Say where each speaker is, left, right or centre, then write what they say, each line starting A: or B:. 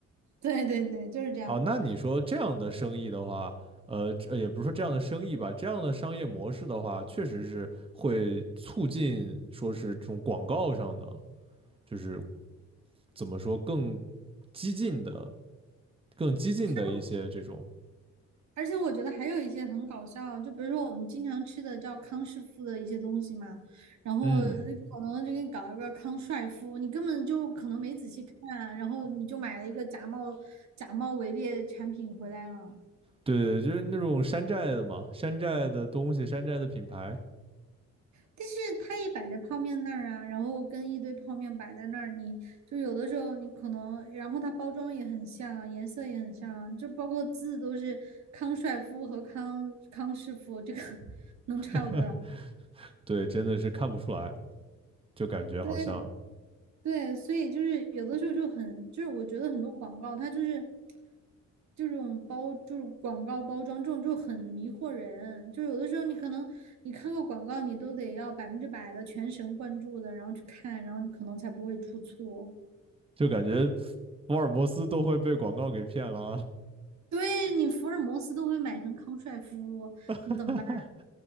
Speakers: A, on the right (about 65°); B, on the right (about 20°).
A: 对对对，就是这样的。
B: 哦，那你说这样的生意的话，呃，这也不是说这样的生意吧，这样的商业模式的话，确实是会促进说是这种广告上的，就是怎么说更激进的、更激进的一些这种，
A: 他们而且我觉得还有一些很搞笑，就比如说我们经常吃的叫康师傅的一些东西嘛，然后可能就给你搞一个康帅傅，
B: 嗯，
A: 你根本就可能没仔细看，然后你就买了一个假冒假冒伪劣产品回来了。
B: 对就是那种山寨的嘛，山寨的东西、山寨的品牌
A: 但是它也摆在泡面那儿啊，然后跟一堆泡面摆在那儿，你就有的时候你可能，然后它包装也很像，颜色也很像，就包括字都是康帅傅和康康师傅，这个 <laughs> 能差有多少？
B: <laughs>，对，真的是看不出来，就感觉好像
A: 对对，所以就是有的时候就很，就是我觉得很多广告它就是这种包，就是广告包装这种就很迷惑人。就有的时候你可能你看个广告，你都得要百分之百的全神贯注的，然后去看，然后你可能才不会出错。
B: 就感觉福尔摩斯都会被广告给骗了啊
A: 对你福尔摩斯都会买成康帅夫，
B: <laughs>
A: 你怎么办？